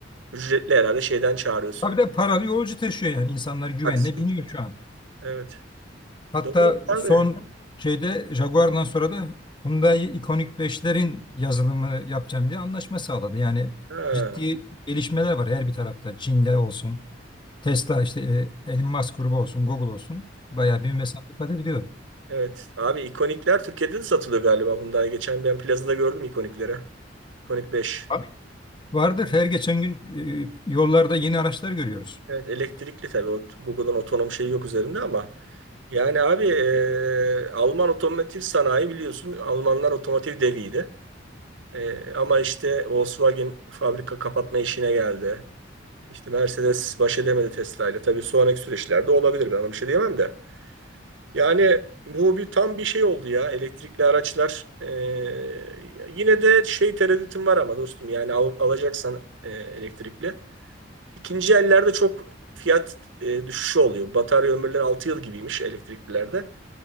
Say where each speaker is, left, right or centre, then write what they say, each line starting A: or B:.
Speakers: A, on the right; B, on the left.
A: Ücretli herhalde şeyden çağırıyorsun.
B: Tabii de paralı yolcu taşıyor yani. İnsanlar güvenle
A: Aksız ücreti.
B: biniyor şu an.
A: Evet.
B: Hatta
A: Doğru abi.
B: son şeyde Jaguar'dan sonra da Hyundai ikonik beşlerin yazılımını yapacağım diye anlaşma sağladı. Yani
A: Ha,
B: ciddi gelişmeler var her bir tarafta. Çin'de olsun, Tesla işte e, Elon Musk grubu olsun, Google olsun. Bayağı bir mesafe kat ediliyor.
A: Evet. Abi ikonikler Türkiye'de de satılıyor galiba Hyundai. Geçen ben plazada gördüm ikonikleri. İkonik beş
B: Abi, Vardır her geçen gün e, yollarda yeni araçlar görüyoruz.
A: Evet elektrikli tabii. O, Google'ın otonom şeyi yok üzerinde ama. Yani abi e, Alman otomotiv sanayi biliyorsun. Almanlar otomotiv deviydi. E, ama işte Volkswagen fabrika kapatma işine geldi. İşte Mercedes baş edemedi Tesla ile. Tabii sonraki süreçlerde olabilir. Ben ona bir şey diyemem de. Yani bu bir tam bir şey oldu ya elektrikli araçlar. Ee, yine de şey tereddütüm var ama dostum yani al- alacaksan e, elektrikli. İkinci ellerde çok fiyat e, düşüşü oluyor. Batarya ömürleri 6 yıl gibiymiş elektriklilerde.